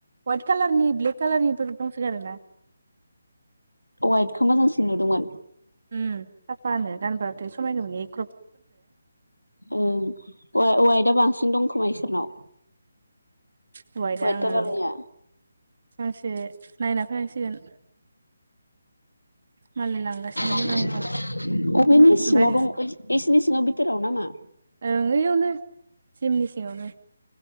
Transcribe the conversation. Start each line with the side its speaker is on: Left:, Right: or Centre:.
Right: हाइट कालारनि ब्लेक कालारनिबो दंसोगारो ना
Left: वाइटखौ मोजांसिन नुदोंमोन
Right: उम साफानो गानबाथाय समायगौमोन‌ इयो
Left: ओं हवायथा बांसिन दंखोमा इसोरनाव
Right: हवादा
Left: वाइट कालारनिया
Right: ओं गांसे नायना फैनांसिगोन। मालाय लांगासिनो
Left: <unintelligible>
Right: मोजां मोजां
Left: अबेनि सिङाव
Right: ओमफ्राय
Left: दं एसोरनि सिङाव बिथोराव नामा?
Right: ओं ओयावनो जिमनि सिङावनो।